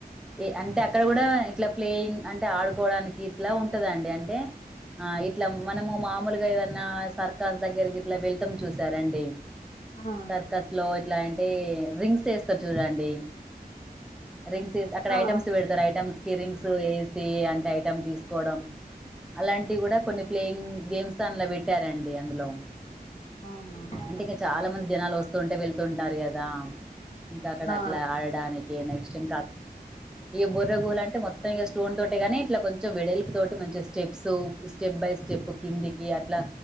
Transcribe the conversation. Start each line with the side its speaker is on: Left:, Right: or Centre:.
Centre: ఏ అంటే అక్కడ కూడా ఇట్లా ప్లేయింగ్ అంటే ఆడుకోవడానికి ఇట్లా ఉంటదండి అంటే ఆ ఇట్లా మనము మామూలుగా ఏదన్నా సర్కాస్ దగ్గరకి ఇట్లా వెళ్తాం చూసారండి
Left: ఆ
Centre: సర్కస్ లో ఇట్లా రింగ్స్ యేస్తారు చూడండి రింగ్స్ యేసి అక్కడ
Left: ఆ
Centre: ఐటమ్స్ పెడ మరి ఐటమ్స్ కి రింగ్స్ యేసి అంటే ఐటెమ్ తీసుకోవడం అలాంటివి కూడా కొన్ని ప్లేయింగ్ గేమ్స్ అందులో పెట్టారండి అందులో
Left: అవునవును
Centre: అంటే ఇంగా చాలా మంది జనాలు వస్తూ ఉంటే వెళ్తు ఉన్నారు కదా ఇంకా అక్కడ
Left: ఆ
Centre: అట్లా ఆడడానికి నెక్స్ట్ ఇంకా ఇక బొర్ర గుహలంట మొత్తం ఇంక స్టోన్ తోటే గాని ఇట్ల కొంచం వెడల్పుతోటి మంచిస్తు స్టెప్స్ స్టెప్ బై స్టెప్ కిందికి అట్లా